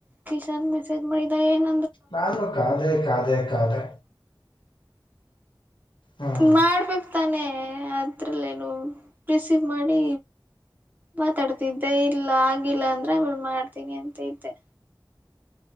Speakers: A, on the right; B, on the left.
A: <unintelligible> ಮೆಸೇಜ ಮಾಡಿದ ಏನು
B: ನಾನು ಕಾದೆ ಕಾದೆ ಕಾದೆ ಹ್ಮ್
A: ಮಾಡ್ಬೇಕ್ ತಾನೆ ಅದ್ರಲ್ಲೇನು ಪ್ರಿಸೀವ್ ಮಾಡಿ ಮಾತಾಡ್ತಿದ್ದೆ ಇಲ್ಲ ಆಗಿಲ್ಲ ಅಂದ್ರೆ ಹೂ ಮಾಡ್ತೀನಿ ಅಂತಿದ್ದೆ